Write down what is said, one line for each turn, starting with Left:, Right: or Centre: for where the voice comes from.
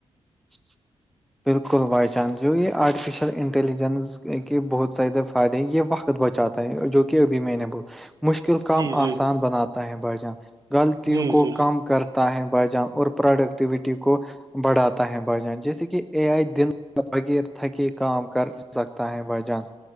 Centre: <unintelligible> بالکل وائی جان جو یہ آرٹیفیشیل انٹیلیجنس کے بہت زیادہ فائدے ہیں یہ وقت بچاتا ہے جو کہ ابھی میں نے مشکل کام
Right: جی جی
Centre: آسان بناتا ہے بھائی جان غلطیوں
Right: جی
Centre: کو
Right: جی
Centre: کم کر یں بائی جان اور پروڈکٹیوٹی کو بڑھاتا ہے بائیجان جیسے کہ اے آئی دن بغیر تھکے کام کر سکتا ہے بائیجان